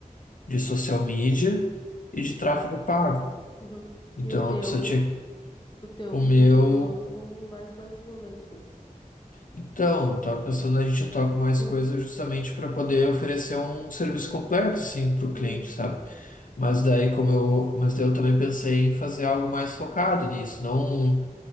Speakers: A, on the left (about 70°); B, on the left (about 35°).
A: de social media e de tráfego pago.
B: Uhum.
A: Então
B: E o teu,
A: a pessoa tinha
B: o teu,
A: o
B: vocês
A: meu.
B: atuam com mais coisas ou menos coisas?
A: Então, eu estava pensando a gente atuar com mais
B: <clears throat>
A: coisas justamente para poder oferecer um serviço completo, assim, para o
B: Uhum,
A: cliente, sabe? Mas daí, como eu, mas daí eu também pensei em fazer algo mais focado nisso, não,